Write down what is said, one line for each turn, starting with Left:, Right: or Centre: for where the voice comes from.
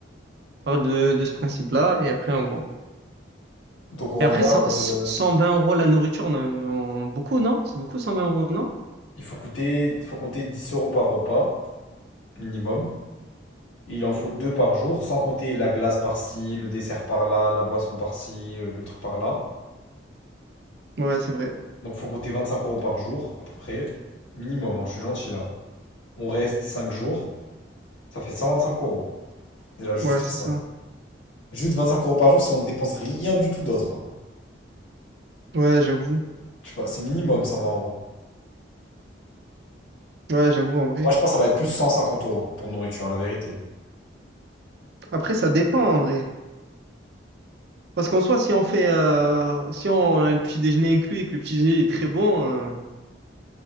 Right: On part de, de ce principe-là, et après, on voit.
Left: Donc on
Right: Et après,
Left: regarde,
Right: cent cent
Left: euh,
Right: vingt euros la nourriture, on a on- beaucoup, non? C'est beaucoup, 120 euros, non?
Left: il faut coûter, il faut compter 10 euros par repas minimum. Il en faut deux par jour, sans compter la glace par-ci, le dessert par-là, la boisson par-ci, le, le truc par-là.
Right: Ouais, c'est vrai.
Left: Donc faut compter 25 euros par jour, à peu près. Minimum, hein, je suis gentil là. On reste 5 jours, ça fait 125 euros. C'est là juste
Right: Ouais, c'est
Left: ça.
Right: ça.
Left: Juste 25 euros par jour si on ne dépense rien du tout d'autre. hein.
Right: Ouais, j'avoue.
Left: Je sais pas, c'est minimum 120 euros.
Right: Ouais, j'avoue, en vrai.
Left: Moi je pense que ça va être plus 150 euros pour nourriture, la vérité.
Right: Après, ça dépend, en vrai. Parce qu'en soi, si on fait, euh, si on a le petit déjeuner inclus et que le petit déjeuner est très bon, euh,